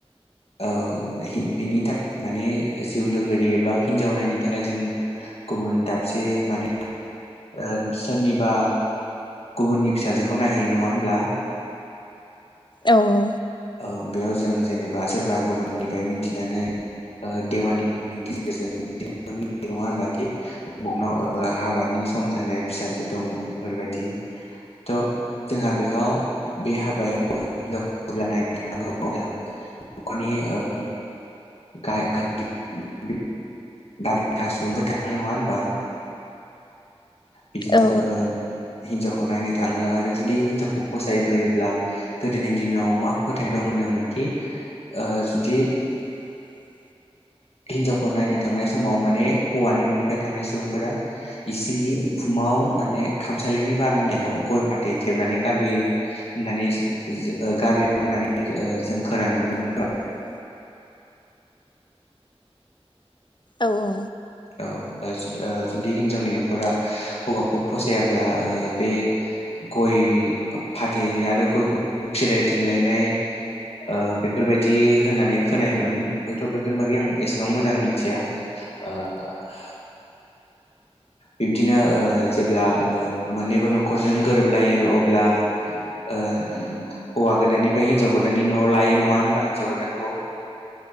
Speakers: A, on the left; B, on the left.
A: औ हि बिनि थाखाय माने जिउ लोगोरि एबा हिनजाव नायनो थाखाय जों गुबुन दाबसे माने ओ सोरनिबा गुबुननि फिसाजोखौ नायहैयो, नङा होमब्ला?
B: औ औ।
A: औ बेयाव जों जेनेबा सोरबा गुबुननिफाय मिथिनानै ओ देवानिफोरनि गेजेरजों बिदि <unintelligible> नङा होनबा कि <unintelligible> ओ हाबानि सम जानाय फिसाजो दं बेफोरबादि। थ' जोंहा बेहाव बे हाबायाव <unintelligible> अब्ला नायनो थांगौ अब्ला न'खरनि ओ। गाय गागि <unintelligible> दाबथा सुबुंफोर थाङो नङा होनबा। बिदिनो
B: औ
A: ओ। हिनजावखौ नायनो थाङो आरो जुदि हिनजावखौ फसायबोयोब्ला गोदोनि दिनाव मा फोथायनाय दं होनदों। मोनखि ओ जुदि।
B: <unintelligible>
A: हिनजावखौ नायनो थांनाय समाव माने हौवानि न'निफ्राय थांनाय सुबुंफोरा। इसिंनि उखुमाव माने खामसालिनि बारान्दायाव गय फाथै थेबनानै गारबोयो। होननानै गारबोयो होननानै जों खोनानो मोनो।
B: <unintelligible> औ औ।
A: ओ जुदि हिनजावनि न'खरा हौवाखौ फसायाब्ला ओ बे। गय फाथै आरो गयखौ फिरायफिनलायनाय। ओ बेफोरबायदि होननानै खोनायोमोन हयथ' बेफोरनि बागै आं एसेबां मोजां मिथिया। <unintelligible> बिब्दिनो ओ जेब्ला ओ मोननैबो न'खरजों गोरोबलायो अब्ला। ओ हौवा गोदाननिफ्राय हिन्जाव गोदाननि न'आव लायो नङा होनबा हिन्जाव गोदानखौ।